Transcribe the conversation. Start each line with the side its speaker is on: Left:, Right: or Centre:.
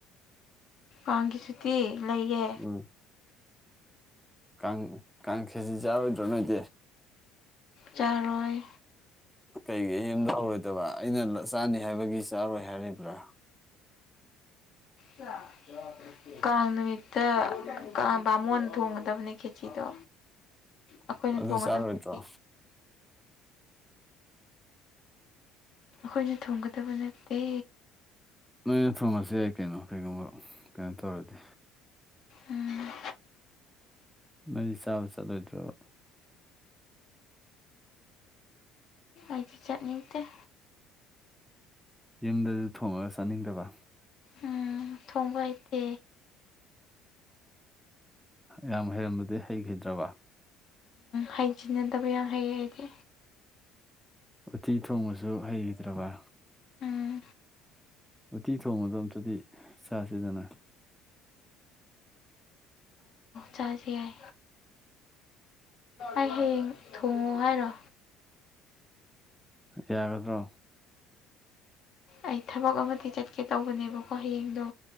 Left: ꯀꯥꯡꯒꯤ ꯁꯨꯇꯤ ꯂꯩꯌꯦ
Centre: ꯎꯝ ꯀꯥꯡ ꯀꯥꯡ ꯈꯦꯁꯤ ꯆꯔꯣꯏꯗ꯭ꯔꯣ ꯅꯣꯏꯗꯤ
Left: ꯆꯔꯣꯏ
Centre: ꯀꯩꯒꯤ ꯌꯨꯝꯗ ꯍꯧꯔꯣꯏꯗꯕ ꯑꯩꯅ ꯆꯥꯅꯤ ꯍꯥꯏꯕꯒꯤ ꯆꯥꯔꯣꯏ ꯍꯥꯏꯔꯤꯕ꯭ꯔꯥ
Left: <unintelligible> ꯀꯥꯡ ꯅꯨꯃꯤꯠꯇ ꯀꯥꯡ ꯕꯥꯃꯣꯟ ꯊꯣꯡꯒꯗꯕꯅꯦ ꯈꯦꯆꯤꯗꯣ ꯑꯩꯈꯣꯏꯅ
Centre: ꯑꯗꯨ
Left: ꯊꯣꯡꯒꯗꯕ
Centre: ꯆꯥꯔꯣꯏꯗ꯭ꯔꯣ
Left: ꯅꯠꯇꯦ ꯑꯩꯈꯣꯏꯅ ꯊꯣꯡꯒꯗꯕ ꯅꯠꯇꯦ
Centre: ꯅꯣꯏꯅ ꯊꯣꯡꯉꯁꯨ ꯌꯥꯏ ꯀꯩꯅꯣ ꯀꯩꯒꯨꯝꯕ ꯀꯩꯅꯣ ꯇꯧꯔꯗꯤ
Left: ꯎꯝ
Centre: ꯅꯣꯏꯗꯤ ꯆꯥꯕ ꯆꯠꯂꯣꯏꯗ꯭ꯔꫭ
Left: ꯑꯩꯗꯤ ꯆꯠꯅꯤꯡꯇꯦ
Centre: ꯌꯨꯝꯗꯁꯨ ꯊꯣꯡꯉꯒ ꯆꯥꯅꯤꯡꯗꯕ
Left: ꯎꯝ ꯊꯣꯡꯕ ꯍꯩꯇꯦ
Centre: ꯌꯥꯝ ꯍꯩꯔꯝꯕꯗꯤ ꯍꯩꯈꯤꯗ꯭ꯔꯕ
Left: ꯍꯥꯏꯖꯤꯟꯅꯗꯕ ꯌꯥꯝ ꯍꯩꯌꯦ ꯑꯩꯗꯤ
Centre: ꯎꯠꯇꯤ ꯊꯣꯡꯕꯁꯨ ꯍꯩꯗ꯭ꯔꯕ
Left: ꯎꯝ
Centre: ꯎꯇꯤ ꯊꯣꯡꯕꯗꯣ ꯑꯝꯇꯗꯤ ꯆꯥꯁꯤꯗꯅ
Left: ꯆꯥꯁꯦ ꯌꯥꯏ ꯑꯩ ꯍꯌꯦꯡ ꯊꯣꯡꯉꯣ ꯍꯥꯏꯔꯣ
Centre: ꯌꯥꯒꯗ꯭ꯔꯣ
Left: ꯑꯩ ꯊꯕꯛ ꯑꯃꯗꯤ ꯆꯠꯀꯦ ꯇꯧꯕꯅꯦꯕꯀꯣ ꯍꯌꯦꯡꯗꯣ